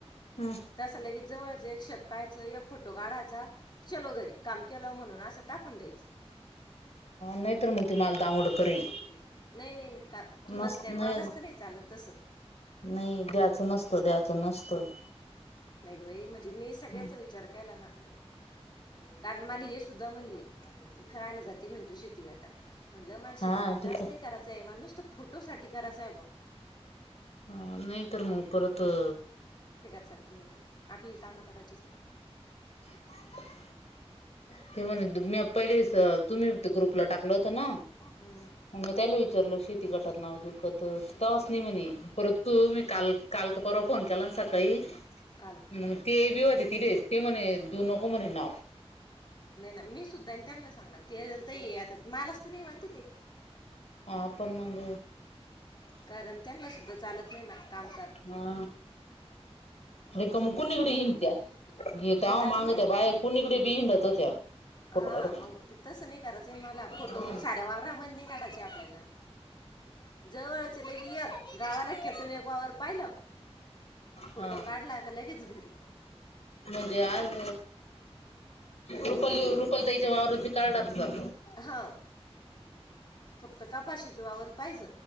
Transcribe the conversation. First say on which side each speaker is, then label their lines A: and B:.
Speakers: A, on the left; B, on the left.
A: हा
B: तसा लगेच जवळच एक शत पाहाच एक फोटो काढाचा चलो घरी काम केलं म्हणून असं टाकून द्यायचं. <unintelligible>
A: नाहीतर मग ती मला दांगड करेल
B: नाई नाई नाई का तुलाच
A: नस
B: काय
A: नाही
B: मालाच तर नाई चालत तस <unintelligible>
A: नाही द्याचं नसतं द्याचं नसतं
B: नाही ग बाई म्हणजे मी सगळ्याचा
A: हम्
B: विचार केला ना कारण मला हे सुद्धा म्हणले काआला जाते म्हणती शेती गटात म्हणलं माला
A: हा
B: शेतीगट
A: तिथ
B: अस नाही करायचाये मला नुसतं फोटो साठी करायचा हाय बुआ
A: ह नाही तर मग परत अ
B: चालल नाई नाई आपल्याला कामं कराचीच नाई.
A: <inaudible> ते म्हणे म्या पहिलेच तुम्ही ग्रुपला टाकलं होतं ना मग
B: हम्म,
A: म्या तेहला विचारलं शेती गटात नाव देऊ का तव्हाच नाही म्हणे परत तुम्ही काल काल का परवा फोन केला ना सकाळी
B: काल
A: मग ते बी होते तिढे ते म्हणे देऊ नको म्हणे नाव
B: नाही ना मी सुद्धाआय ना त्यांना सांगणार तेजल ताई आता मालाच तर नाही म्हणत्या ते
A: हा पण मग
B: कारण त्यांना सुद्धा चालत नाही ना काम
A: हा
B: <unintelligible>
A: रिकाम कुणीकडे हिंडत्या हे तवा
B: हिंडाच
A: माग
B: नाही
A: त्या बाया कुणीकडे बी हिंडत होत्या
B: हा
A: फोटो काढत
B: मग तसं नाही करायचं हे ना मला फोटो
A: हा
B: साऱ्या वावरामधी काढाचे आपल्याला जवळचं लगी य गावाला खेटून एक वावर पाहिलं, फोटो
A: हा
B: काढला. लगेच घरी
A: म्हणजे आज रुपाली रुपाली ताईच्या वावरात बी कर्डात जातो.
B: हां फक्त कापा शीज तुज वावर पाहिज